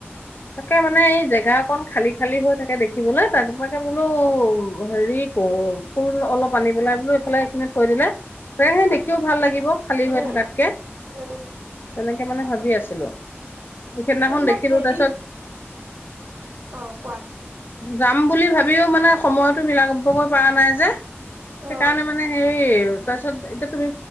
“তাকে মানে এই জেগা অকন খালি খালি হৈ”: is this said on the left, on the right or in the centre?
Left